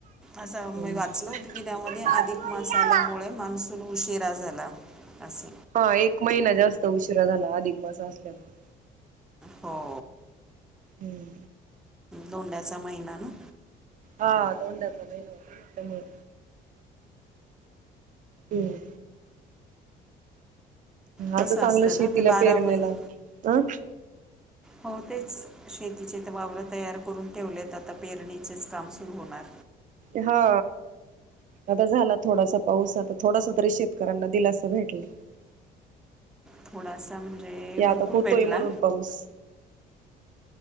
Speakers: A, in the centre; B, on the right.
A: असं
B: हम्म
A: मी वाचलं होत की त्यामध्ये. अधिक मास आल्यामुळे मान्सून उशीर जास्त झाला अस
B: हा एक महिना जास्त उशिरा झाला. अधिक मास असल्यामुळे
A: हो
B: हम्म
A: धोंड्याचा महिना आलाय.
B: हा धोंड्याचा महिना त्याच्यामुळे हम्म
A: कसं
B: आता चांगलं
A: असतं
B: शेतीला
A: ना तर बारा
B: पेरण्याला
A: महिने
B: ह
A: हो तेच शेतीचे वावर तयार करून ठेवलेत आता. पेरणीचेच काम सुरू होणार
B: हा आता झाला थोडासा पाऊस. आता थोडासा तरी शेतकऱ्यांना दिलासा भेटला‌.
A: थोडासा म्हणजे
B: की आता
A: भरपूर
B: होतोय
A: भेटला.
B: म्हणून पाऊस